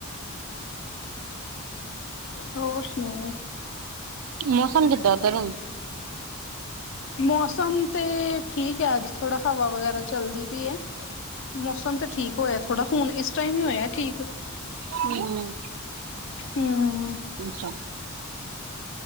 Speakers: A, on the left; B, on the right.
A: ਹੋਰ ਸੁਣਾਓ।
B: ਮੌਸਮ ਕਿੱਦਾਂ ਉਧਰ ਹ।
A: ਮੌਸਮ ਤੇ ਠੀਕ ਹੈ ਅੱਜ ਥੋੜਾ ਹਵਾ ਵਗੈਰਾ ਚੱਲਦੀ ਪਈ ਹੈ। ਮੌਸਮ ਤੇ ਠੀਕ ਹੋਇਆ ਥੋੜਾ ਹੁਣ ਇਸ ਟਾਈਮ ਹੀ ਹੋਇਆ ਠੀਕ।
B: ਹਮ।
A: ਹਮ।
B: ਅੱਛਾ।